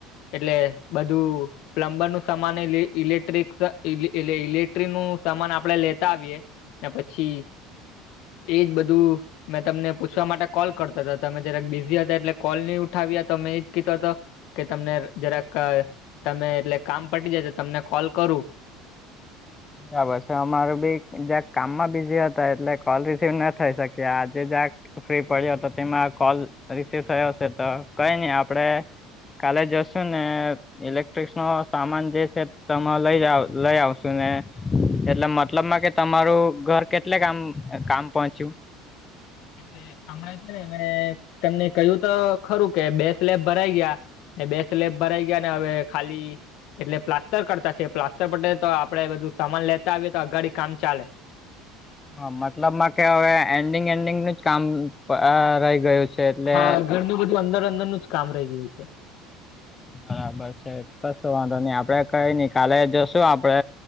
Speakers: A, on the left; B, on the left.
A: એટલે બધું પ્લમ્બરનું સામાનએ લેઈ ઇલેક્ટ્રિક ઈ ઇલે ઇલે ઇલેક્ટ્રિકનું સામાન આપડે લે તા આવીએ ને પછી એજ બધું મેં તમને પૂછવા માટે કોલ કરતો તો તમે જરાક બિઝી હતા એટલે કોલ નહી ઉઠાવ્યા તો મેં એજ કેતો તો કે તમને જરાક તમે એટલે કામ પટી જાય તો તમને કોલ કરું.
B: બરાબર સે અમારું બી જરાક કામમાં બીઝી હતા એટલે કોલ રિસીવ ન થઈ શક્યો આજે જરાક ફ્રી પડ્યા તો તેમાં આ કોલ રિસીવ થયો સે તો કઈ નહી આપડે કાલે જશુ ને ઇલેક્ટ્રિકસનો સામાન જે છે તમ લઈ આવ લઈ આવશું ને એટલે મતલબમાં કે તમારું ઘર કેટલેક આમ કામ પહોંચ્યું?
A: એટલે હમણાં છે ને મેં તમને કહ્યું તો ખરું કે બે સ્લેપ ભરાઈ ગયા. એ બે સ્લેબ ભરાઈ ગયાને હવે ખાલી એટલે પ્લાસ્ટર કરતા છે પ્લાસ્ટર પટે તો આપડે બધું સમાન લેતા આવીએ તો અઘાડી કામ ચાલે.
B: હા મતલબમાં કે હવે એન્ડિંગ એન્ડિંગનું જ કામ અ રહી ગયું. છે એટલે
A: હા ઘરનું બધું અંદર અંદરનું જ કામ રહી ગયું છે.
B: હા બસ એજ કશું વાંધો નઈ આપડે કઈ નઈ કાલે જશું આપડે